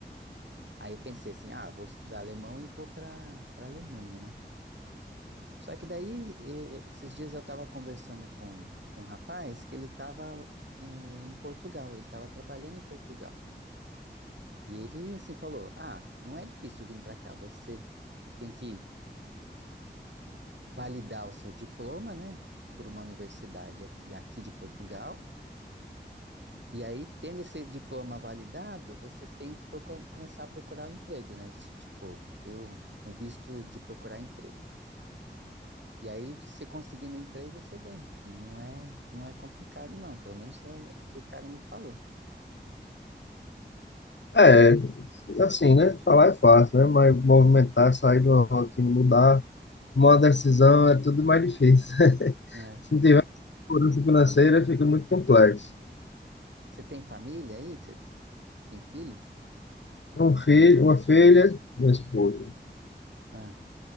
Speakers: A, on the right; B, on the left.
A: Aí eu pensei assim, ah, vou estudar alemão e vou para para Alemanha, né? Só que daí, eh, esses dias eu estava conversando com, com um rapaz que ele estava em Portugal, ele estava trabalhando em Portugal. E ele, assim, falou, ah, não é difícil vir para cá, você tem que validar o seu diploma, né, por uma universidade aqui, aqui de Portugal. E aí, tendo esse diploma validado, você tem que procu- começar a procurar um emprego, né? Esse, tipo, ter o o visto de procurar emprego. E aí, se você conseguir no emprego, você vem, assim, não é, não é complicado, não. Pelo menos é o que o cara me falou,
B: É, assim, né? Falar é fácil, né? Mas movimentar, sair de uma rotina, mudar, tomar uma decisão é tudo mais difícil. <laughs>
A: né?
B: Se não tiver segurança financeira, fica muito complexo.
A: Você tem família aí? Você tem filhos?
B: Um filho, uma filha e uma esposa.
A: Ah,